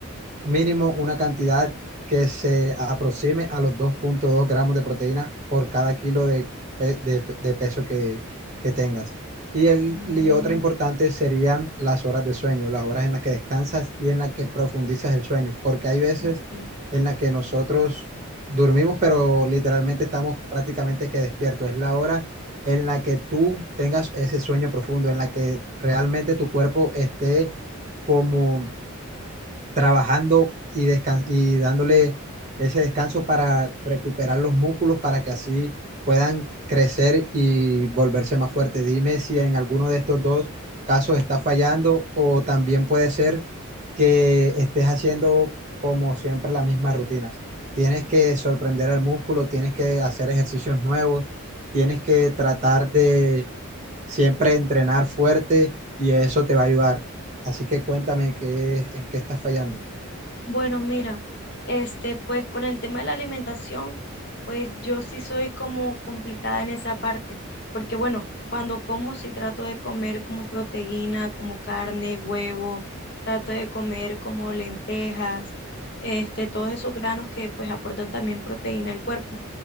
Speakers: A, on the right; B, on the left.
A: mínimo una cantidad que se aproxime a los 2.2 gramos de proteína por cada kilo de, pe- de- de peso que, que tengas. Y, el,
B: Mm,
A: y otra importante serían las horas de sueño, las horas en las que descansas y en las que profundizas el sueño, porque hay veces
B: ok.
A: en las que nosotros dormimos, pero literalmente estamos prácticamente que despiertos. Es la hora en la que tú tengas ese sueño profundo, en la que realmente tu cuerpo esté como trabajando y, descan- y dándole ese descanso para recuperar los músculos para que así puedan crecer y volverse más fuertes. Dime si en alguno de estos dos casos está fallando o también puede ser que estés haciendo como siempre las mismas rutinas. Tienes que sorprender al músculo, tienes que hacer ejercicios nuevos, tienes que tratar de siempre entrenar fuerte y eso te va a ayudar. Así que cuéntame qué, en qué estás fallando.
B: Bueno, mira, este, pues con el tema de la alimentación, pues yo sí soy como complicada en esa parte, porque bueno, cuando como sí trato de comer como proteína, como carne, huevo, trato de comer como lentejas, este, todos esos granos que pues aportan también proteína al cuerpo